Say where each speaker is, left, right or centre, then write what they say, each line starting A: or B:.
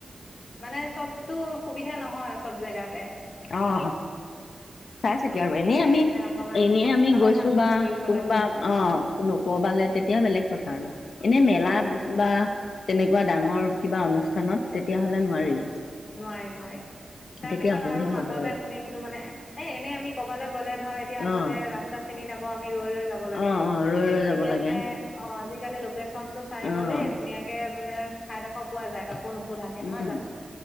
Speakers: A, on the left; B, on the left.
A: মানে চব টো সুবিধা নহয় চব জেগাতে।
B: অঁহ চাই চিতি আৰু
A: সেয়ে
B: এনেই আমি
A: মানে অকমান
B: এনেই আমি
A: সাৱধান
B: গৈছো
A: হৈ
B: বা
A: ঘূৰিব
B: কোনোবা
A: লাগে অ',
B: অঁ কোনো কবালৈ তেতিয়া বেলেগ কথা আৰু। এনেই মেলা
A: অ'।
B: গৈছোঁ বা তেনেকুৱা ডাঙৰ কিবা অনুষ্ঠানত তেতিয়া হ'লে নোৱাৰি।
A: অ', নোৱাৰি নোৱাৰি। তাৰপিছত
B: তেতিয়া অসুবিধা
A: আৰু মাজতে
B: হ'বই
A: শুনিছিলো মানে এ এনেই আমি কবালৈ গ'লে ধৰা এতিয়া আগতে
B: অ
A: ৰাস্তা চিনি নাপাম আ ৰৈ ৰৈ যাব লাগে।
B: অ', অ', ৰৈ
A: কিন্তু
B: ৰৈ যাব
A: এতিয়া
B: লাগে
A: মানে অঁ আজি কালি লোকেচনটো চাই
B: অ',
A: গ'লেই ধুনীয়াকে মানে ঠাইডোখৰ পোৱা যায়। কাকো নুসোধাকে, নহয়
B: উম,
A: জানো?